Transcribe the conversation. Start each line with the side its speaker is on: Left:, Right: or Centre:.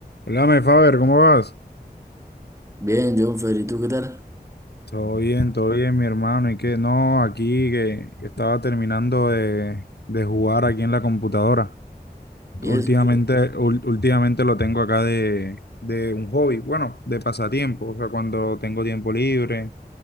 Left: Hola, Faber, ¿cómo vas?
Right: Bien, John Fer, ¿y tú qué tal?
Left: Todo bien, todo bien, mi hermano. ¿Y qué? No, aquí que, que estaba terminando de, de jugar aquí en la computadora.
Right: ¿Y
Left: Últimamente,
Right: eso qué?
Left: ul- últimamente lo tengo acá de, de un hobby, bueno, de pasatiempo. O sea, cuando tengo tiempo libre,